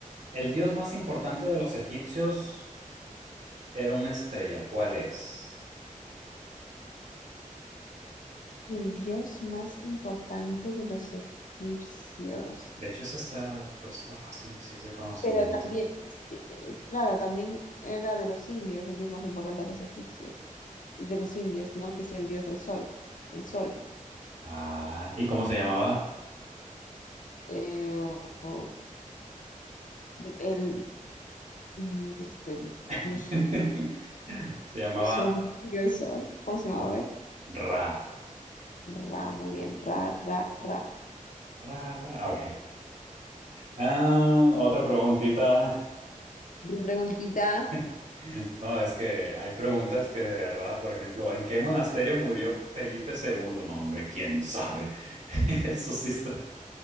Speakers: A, on the right; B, on the left.
A: el dios más importante de los egipcios era una estrella. ¿Cuál es?
B: el dios más importante de los egipcios.
A: De hecho, esa está, pues está fácil, si es de conocimiento.
B: Pero también, sí, eh, claro, también era de los indios, el dios más importante de los egipcios y de los indios, ¿no? Que es el dios del sol, el sol.
A: Ah, ¿y cómo se llamaba?
B: Eh, o- o- de- el, mm, este, no
A: <laughs>
B: sé,
A: Se llamaba
B: yo solamente digo el sol. ¿Cómo se
A: mm,
B: llama? ver.
A: Ra.
B: Ra, muy bien, ra, ra, ra.
A: Ra, Ra. ah, Ok. Ah, otra preguntita.
B: Preguntitas,
A: <laughs> No, es que hay preguntas que de verdad, por ejemplo, ¿en qué monasterio murió Felipe II? No, hombre, quién sabe. <laughs> Eso sí está.